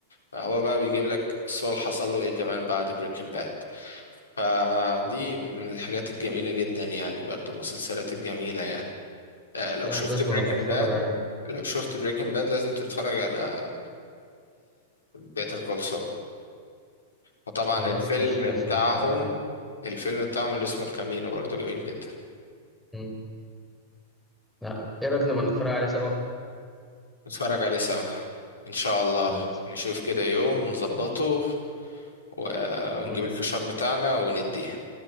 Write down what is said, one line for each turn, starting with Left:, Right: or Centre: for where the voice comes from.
Left: فهو بقى بيجيب لك سول حصل له ايه كمان بعد بريكنج باد فدي من الحاجات الجميلة جدا يعني برضو المسلسلات الجميلة يعني آه، لو
Centre: لا
Left: شفت
Centre: لازم
Left: بريكنج
Centre: انا بتفرج
Left: باد
Centre: عليه
Left: لو شفت بريكنج باد لازم تتفرج على بيتر كول سول وطبعا
Centre: خلاص
Left: الفيلم
Centre: ماشي لازم
Left: بتاعهم
Centre: اتفرج عليه
Left: الفيلم بتاعهم اللي اسمه الكامينو برضو جميل جدا
Centre: م. لا ايه رأيك نبقى نتفرج عليه سوا
Left: نتفرج عليه سوا ان شاء الله
Centre: خلاص
Left: نشوف كده يوم نظبطه و- ونجيب
Centre: م.
Left: الفشار بتاعنا ونديه